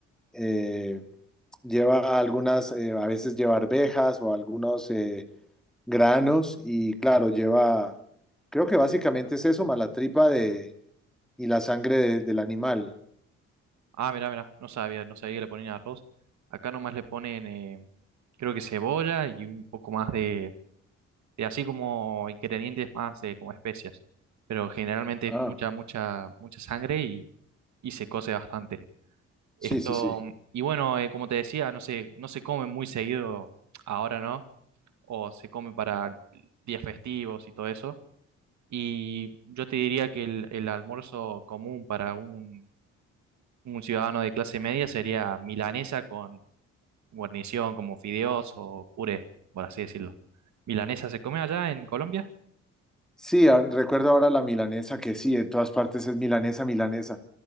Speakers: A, in the centre; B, on the right.
A: eh, lleva algunas, eh, a veces lleva arvejas o algunos eh, granos y claro, lleva, creo que básicamente es eso, más la tripa de, y la sangre de- del animal.
B: Ah, mirá, mirá, no sabía, no sabía que le ponían arroz. Acá nomás le ponen, eh, creo que cebolla y un poco más de, de así como ingredientes más de como especias. Pero generalmente
A: Ah,
B: es mucha, mucha, mucha sangre y, y se cose bastante. Esto,
A: sí, sí, sí.
B: y bueno, eh, como te decía, no se, no se come muy seguido ahora, ¿no? O se come para días festivos y todo eso. Y yo te diría que el, el almuerzo común para un, un ciudadano de clase media sería milanesa guarnición como fideos o puré, por así decirlo. ¿Milanesa se come allá en Colombia?
A: Sí, ahora- recuerdo ahora la milanesa, que sí, en todas partes es milanesa, milanesa.